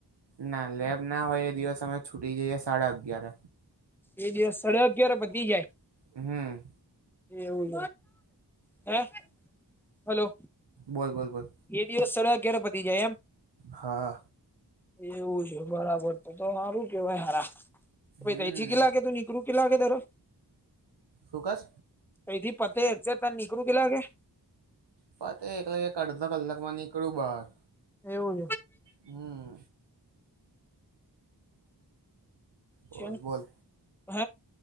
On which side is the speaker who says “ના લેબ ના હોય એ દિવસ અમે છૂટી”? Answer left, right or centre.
Right